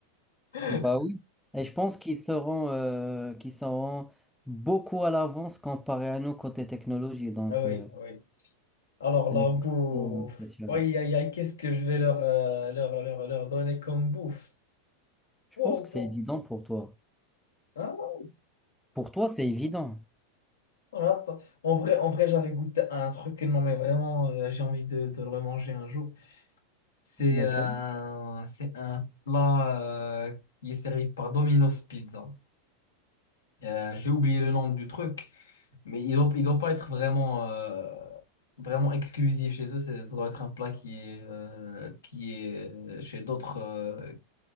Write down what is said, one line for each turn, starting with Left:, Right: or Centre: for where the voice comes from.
Left: <laughs>
Centre: Bah oui. Et je pense qu'ils seront, euh, qu'ils seront beaucoup à l'avance comparé à nous côté technologie. Donc,
Left: Ah oui,
Centre: euh,
Left: oui. Alors
Centre: ce
Left: la
Centre: n'est pas
Left: bouffe.
Centre: trop impressionnant.
Left: Oui, aïe, aïe, aïe, qu'est-ce que je vais leur, euh, leur, leur, leur donner comme bouffe?
Centre: Je
Left: Oh
Centre: pense que c'est
Left: oh.
Centre: évident pour toi.
Left: Hein?
Centre: Pour toi, c'est évident.
Left: On attend. En vrai, en vrai, j'avais goûté à un truc, non mais vraiment, euh, j'ai envie de, de le remanger un jour. C'est
Centre: Lequel?
Left: euh, c'est un plat euh, qui est servi par Domino's Pizza. Euh, j'ai oublié le nom du truc, mais il doit, il doit pas être vraiment, euh, vraiment exclusif chez eux. c'est- Ça doit être un plat qui est, euh, qui est euh, chez d'autres euh,